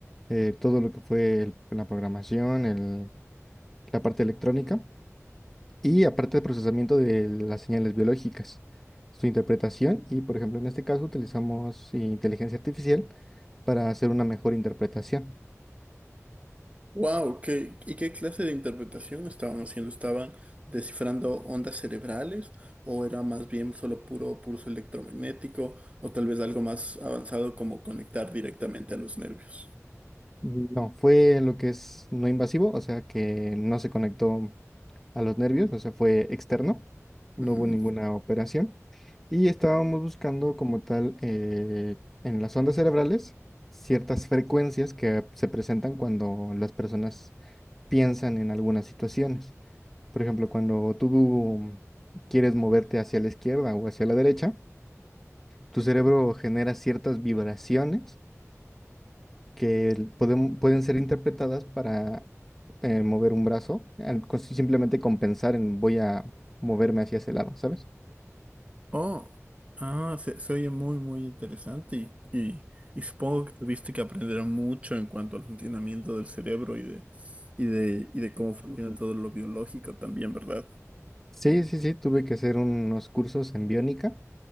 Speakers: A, in the centre; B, on the right.
A: eh, todo lo que fue el- la programación, el- la parte electrónica y aparte el procesamiento de las señales biológicas, su interpretación y, por ejemplo, en este caso utilizamos inteligencia artificial para hacer una mejor interpretación.
B: Wow, ¿qué, y qué clase de interpretación estaban haciendo? ¿Estaban descifrando ondas cerebrales o era más bien solo puro pulso electromagnético o tal vez algo más avanzado como conectar directamente a los nervios?
A: No, fue lo que es no invasivo, o sea que no se conectó a los nervios, o sea, fue externo,
B: Ujú.
A: no hubo ninguna operación. Y estábamos buscando como tal eh, en las ondas cerebrales ciertas frecuencias que se presentan cuando las personas piensan en algunas situaciones. Por ejemplo, cuando tú quieres moverte hacia la izquierda o hacia la derecha, tu cerebro genera ciertas vibraciones que el- podem- pueden ser interpretadas para eh, mover un brazo, al- con- simplemente compensar en voy a moverme hacia ese lado, ¿sabes?
B: Oh, ah, se, se oye muy, muy interesante y, y, y supongo que tuviste que aprender mucho en cuanto al funcionamiento del cerebro y de, y de, y de cómo funciona todo lo biológico también, ¿verdad?
A: Sí, sí, sí, tuve que hacer unos cursos en biónica